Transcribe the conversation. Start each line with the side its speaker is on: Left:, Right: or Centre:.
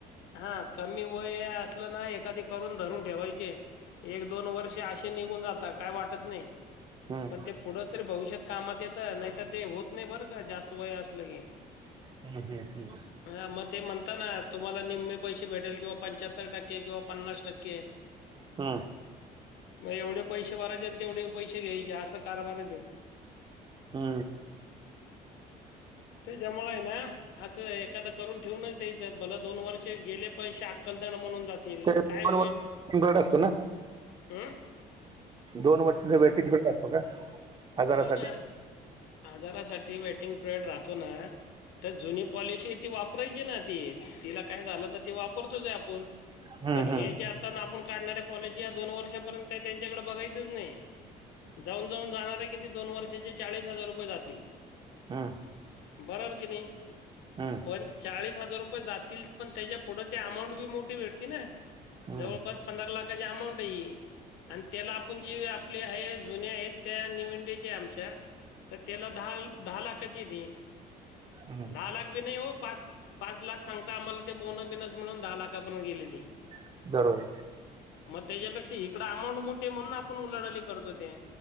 Left: हां कमी वय असलं ना, एखादी करून धरून ठेवायची. एक दोन वर्षे असे निघून जाता काय वाटत नाही
Right: हम्म,
Left: पण ते पुढं तरी भविष्यात कामात येतं नाहीतर ते होत नाही बरं का जास्त वय असलं की
Right: हम्म हम्म हम्
Left: हा मग ते म्हणता ना तुम्हाला निमे पैसे भेटेल किंवा पंचाहत्तर टक्के किंवा पन्नास टक्के
Right: हा
Left: मग एवढे पैसे भरायचे आणि तेवढे पैसे घ्यायचे असा कारभार आहे तोय
Right: हा
Left: त्याच्यामुळे आहे ना असं एखादं करून ठेवूनच द्यायचं भल दोन वर्ष गेले पैसे अकलदड म्हणून जातील
Right: ते दोन
Left: काय होईल
Right: वर्ष असतो ना
Left: ह
Right: दोन वर्षाचा वेटिंग <unintelligible> असतो का आजारासाठी
Left: हो ना आजारासाठी वेटिंग पिरियड राहतो ना तर जुनी पॉलिशी ती वापरायची ना ती तिला काय झालं तर ती वापरतोयच हाय आपून
Right: हम्म
Left: पण हे
Right: हम्म
Left: जे आता आपूण काढणाऱ्या पॉलिसी या दोन वर्षापर्यंत काही त्यांच्याकडे बघायचंच नाही जाऊन जाऊन जाणार हाय किती दोन वर्षाचे चाळीस हजार रुपये जातील
Right: हा
Left: बरोबर कि नी
Right: हम
Left: पण चाळीस हजार रुपये जातील पण त्याच्या पुढे ते अमाऊंट बी मोठी भेटती ना
Right: हम्म
Left: जवळपास
Right: हम्म
Left: पंधरा लाखाची अमाऊंट हाय ही आणि त्याला आपण जी आपले आहे जुने आहेत त्या नि <unintelligible> आमच्या तर त्याला धा धा लाखाची हाय ती
Right: हम्म.
Left: धा लाख भी नाही हो पाच पाच लाख सांगता आम्हाला ते बोन बिनस मिळून धा लाखापर्यंत गेली ती
Right: <unintelligible>
Left: मग त्याच्यापेक्षा इकडं अमाऊंट मोठी हाय म्हणून आपण उलाडाली करतोय ती